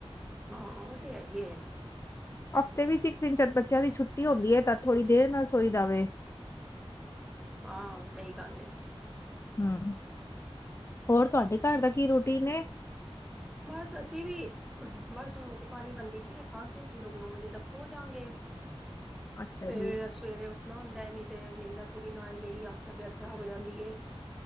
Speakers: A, in the centre; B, on the left.
A: ਹਾਂ, ਉਹ ਤੇ ਹੈ ਹੀ ਏ।
B: ਹਫ਼ਤੇ ਵਿੱਚ ਇੱਕ ਦਿਨ ਚਾਰ ਬੱਚਿਆ ਦੀ ਛੁੱਟੀ ਹੁੰਦੀ ਹੈ ਤਾ ਥੋੜ੍ਹੀ ਦੇਰ ਨਾਲ ਸੋਈ ਦਾ ਵੇ।
A: ਹਾਂ ਸਹੀ ਗੱਲ ਏ।
B: ਹੂੰ, ਹੋਰ ਤੁਹਾਡੇ ਘਰ ਦਾ ਕੀ ਰੋਟੀਨ ਏ।
A: ਬਸ ਅਸੀ ਵੀ ਬਸ ਹੁਣ ਰੋਟੀ ਪਾਣੀ ਬਣਦੀ ਪਈ ਏ ਖਾ ਕੇ ਅਸੀ ਲੋਕ ਨੌ ਵਜੇ ਤੱਕ ਸੋ ਜਾਗੇ।
B: ਅੱਛਾ
A: ਤੇ
B: ਜੀ
A: <unintelligible> ਸਵੇਰੇ ਉੱਠ ਨਾ ਹੁੰਦਾ ਨੀ ਤੇ ਨਿੰਂਦਰ ਪੂਰੀ ਨਾ ਹੋਏ ਮੇਰੀ ਆਪ ਤਬੀਅਤ ਖਰਾਬ ਹੋ ਜਾਂਦੀ ਹੈ।